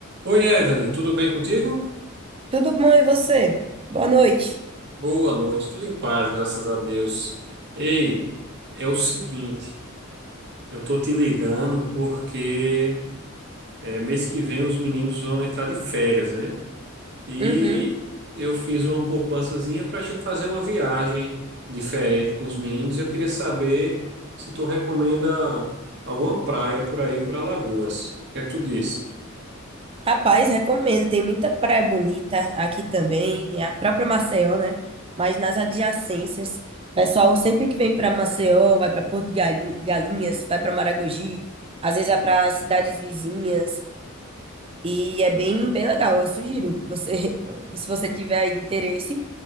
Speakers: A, on the right; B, on the right.
A: Oi, Evelyn, tudo bem contigo?
B: Tudo bom e você? Boa noite.
A: Tu- Boa noite, tudo em paz, graças a Deus. Ei, é o seguinte, eu tô te ligando porque é, mês que vem os meninos vão entrar de férias, né? E
B: Uhum.
A: eu fiz uma poupançazinha para a gente fazer uma viagem diferente com os meninos. Eu queria saber se tu recomenda alguma praia por aí, por Alagoas. O que é que tu diz?
B: Rapaz, recomendo. Tem muita praia bonita aqui também, é a própria Maceió, né? Mas nas adjacências, pessoal sempre que vem para Maceió, vai para Porto de Galin- Galinhas, vai para Maragogi, às vezes vai para cidades vizinhas e é bem bem legal. Eu sugiro que você, <laughs> se você tiver aí interesse,